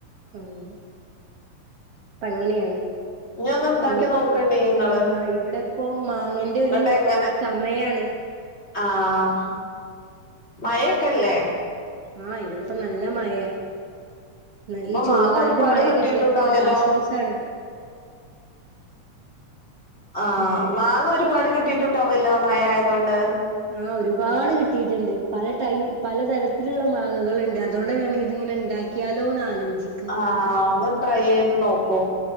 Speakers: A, on the right; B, on the left.
A: അഹ് അപ്പ അങ്ങനെയാണ്
B: ഇനി ഒന്ന് ഉണ്ടാക്കി
A: ഇനി
B: നോക്കണ്ടി നിങ്ങള്
A: ആഹ് ഇവിടെ പ്പം മാങ്ങന്റെ ഒരു
B: എന്നിട്ട് എങ്ങനെ
A: സമയാണ്
B: ആഹ് മഴെക്കെല്ലേ
A: ആഹ് ഇവിടെപ്പ നല്ല മഴയ ന്നാ ഈ
B: അപ്പൊ
A: ചൂടുകാലത്ത്
B: മാങ്ങ ഒരുപാട്
A: മഴ
B: കിട്ടിയിട്ടുണ്ടാവല്ലോ
A: കിട്ടിയപ്പോ ഒരാശ്വാസാണ്
B: ആഹ്
A: ഏഹ്
B: മാങ്ങ ഒരുപാട് കിട്ടിട്ടുണ്ടാവല്ലോ മയ ആയതോണ്ട്
A: ആഹ് ഒരുപാട് കിട്ടിട്ട്ണ്ട് പല ടൈ പല പലതരത്തിലുള്ള മാങ്ങകള്ണ്ട് അതോണ്ടാ ഞാനിതിങ്ങനെണ്ടാ ക്യാലോന്നാലോജി
B: ആഹ് ഒന്ന് ട്രൈയെയ്ത് നോക്കൂ